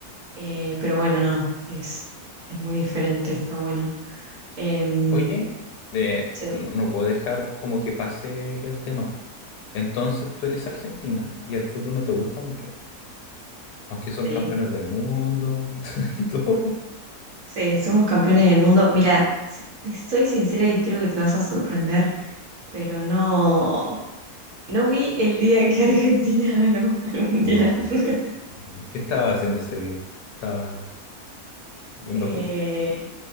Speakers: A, on the right; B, on the left.
A: Eh, pero bueno, no, es, es muy diferente, está bueno. Em,
B: Oye, eh,
A: Sí.
B: no, no puedo dejar como que pase el tema. Entonces tú eres argentina y el fútbol no te gusta mucho, aunque son
A: sí,
B: campeones del mundo y, to- <laughs> y todo.
A: sí, somos campeones del mundo. Mira, si- te soy sincera y creo que te vas a sorprender, pero no, no vi el día que Argentina <laughs> ganó el Mundial.
B: No.
A: <laughs>
B: ¿Qué estaba haciendo ese día? Estaba viendo
A: Eh,
B: hockey.